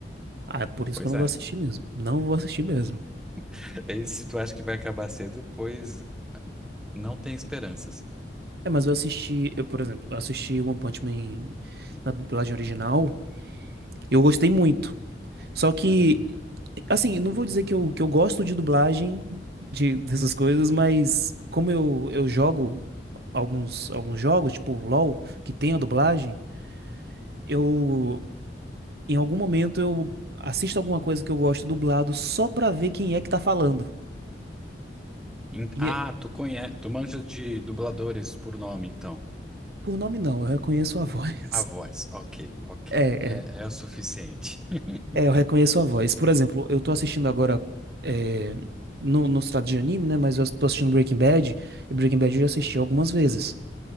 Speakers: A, on the right; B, in the centre.
A: Ah, é por isso
B: Pois
A: que eu não
B: é.
A: vou assistir mesmo. Não vou assistir mesmo.
B: <laughs> E se tu acha que vai acabar cedo, pois não tem esperanças.
A: É, mas eu assisti. Eu, por exemplo, eu assisti One Punch Man na dublagem original. Eu gostei muito. Só que,
B: Uhum.
A: assim, não vou dizer que eu, que eu gosto de dublagem, de, dessas coisas, mas como eu, eu jogo alguns, alguns jogos, tipo LoL, que tem a dublagem, eu, em algum momento, eu assisto alguma coisa que eu gosto dublado só pra ver quem é que tá falando.
B: Em-
A: E,
B: Ah,
A: é-
B: tu conhece, tu manja de dubladores por nome, então.
A: por nome não, eu reconheço a <laughs> voz.
B: A voz, ok, ok.
A: É,
B: É,
A: é,
B: é o suficiente. <laughs>
A: é, eu reconheço a voz. Por exemplo, eu tô assistindo agora, é, no, no estado de anime, né, mas eu tô assistindo Breaking Bad, e Breaking Bad eu já assisti algumas vezes.